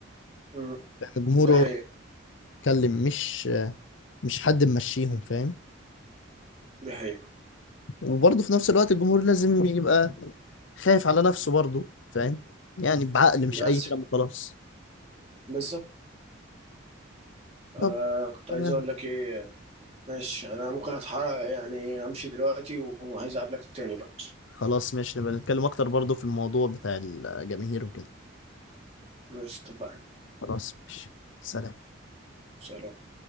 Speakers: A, on the right; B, on the left.
A: مم.
B: فاهم؟ الجمهور
A: دي حقيقة
B: هو بيتكلم مش آه، مش حد ممشيهم فاهم
A: دي حقيقة
B: وبرضه في نفس الوقت الجمهور لازم يبقى خايف على نفسه برضه فاهم يعني بعقل مش
A: بس
B: اي كلام خلاص
A: بالظبط آه
B: طب
A: كنت
B: تمام
A: عايز اقول لك ايه ماشي انا ممكن اتحرك يعني امشي دلوقتي وعايز اقابلك تاني بقى
B: خلاص ماشي نبقى نتكلم اكتر برضه في الموضوع بتاع الجماهير وكده
A: ماشي اتفقنا
B: خلاص ماشي سلام
A: سلام